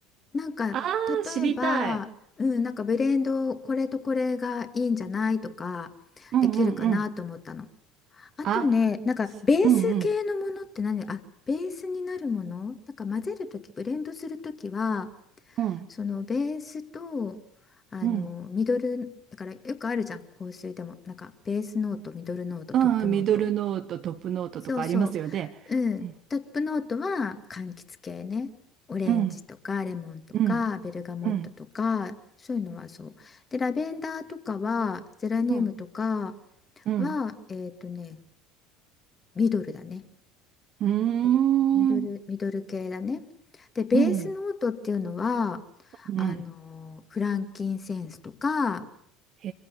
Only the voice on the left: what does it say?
なんか、
例えば、
うん、なんかブレンド、これとこれがいいんじゃないとか、
できるかなと思ったの。あとね、
なんか、
ベース系のものって何あ、ベースになるものなんか混ぜるとき、ブレンドするときは、
そのベースとあのミドルだからよくあるじゃん香水でもなんかベースノートミドルノートトップノート
そうそううんトップノートは柑橘系ねオレンジとかレモンとかベルガモットとかそういうのはそうでラベンダーとかはゼラニウムとか
はえっとねミドルだね
でミドル、ミドル系だね。で、ベースノートっていうのは、
あの、フランキンセンスとか、